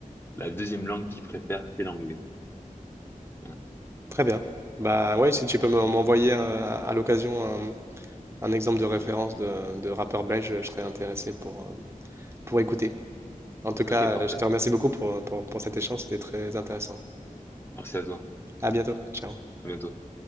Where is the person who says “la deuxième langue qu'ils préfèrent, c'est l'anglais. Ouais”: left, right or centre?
Left